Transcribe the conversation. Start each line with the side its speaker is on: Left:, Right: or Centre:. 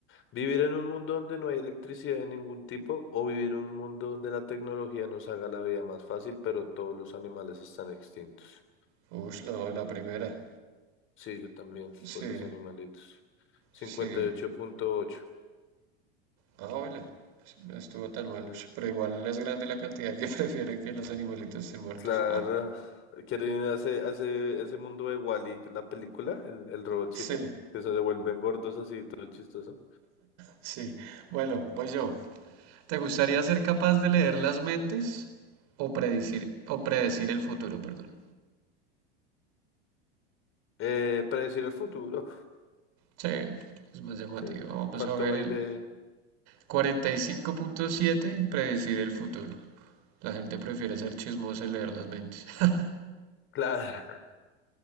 Left: ¿Vivir en un mundo donde no hay electricidad de ningún tipo o vivir en un mundo donde la tecnología nos haga la vida más fácil, pero todos los animales están extintos?
Right: Uy, no, la primera.
Left: Sí, yo también,
Right: Sí,
Left: por los animalitos. 58.8.
Right: sí. Ah, bueno. sí, No estuvo tan mal.
Left: Eh,
Right: Ush, Pero igual es grande la cantidad que <laughs> prefiere que los animalitos estén muertos.
Left: Claro,
Right: Ah,
Left: ¿quieren ir hace ese, ese- ese mundo de Wall-E, la película, el, el robotcito?
Right: sí,
Left: Que se devuelven gordos así, todo chistoso.
Right: sí. Bueno, voy yo. ¿Te gustaría ser capaz de leer las mentes o predecir, o predecir el futuro, perdón?
Left: Eh, predecir el futuro.
Right: Sí, es más llamativo.
Left: Sí,
Right: Vamos
Left: ¿Cuánto
Right: a ver
Left: hay
Right: el
Left: de...?
Right: 45.7, predecir el futuro. La gente prefiere ser chismosa y leer las mentes. <laughs>
Left: Claro.